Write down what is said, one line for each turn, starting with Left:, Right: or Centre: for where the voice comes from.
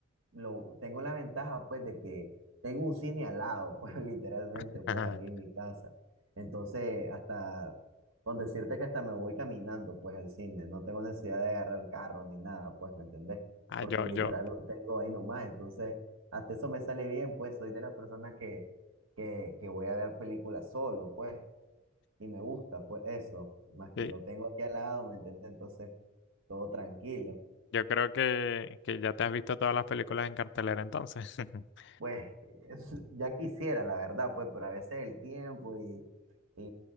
Right: lo, tengo la ventaja, pues, de que tengo un cine al lado, <laughs> pues, literalmente,
Left: <laughs>
Right: pues, aquí en mi casa. Entonces, hasta, con decirte que hasta me voy caminando, pues, al cine, no tengo necesidad de agarrar carro ni nada, pues, ¿me entendés?
Left: Ah,
Right: Porque
Left: yo,
Right: literal
Left: yo,
Right: lo tengo ahí nomás, entonces, hasta eso me sale bien, pues, soy de las personas que, que, que voy a ver películas solo, pues, y me gusta, pues, eso, más que
Left: sí,
Right: lo tengo aquí al lado, ¿me entendés? Entonces, todo tranquilo.
Left: yo creo que, que ya te has visto todas las películas en cartelera entonces. <laughs>
Right: Pues <laughs> es- ya quisiera, la verdad, pues, pero a veces el tiempo y, y,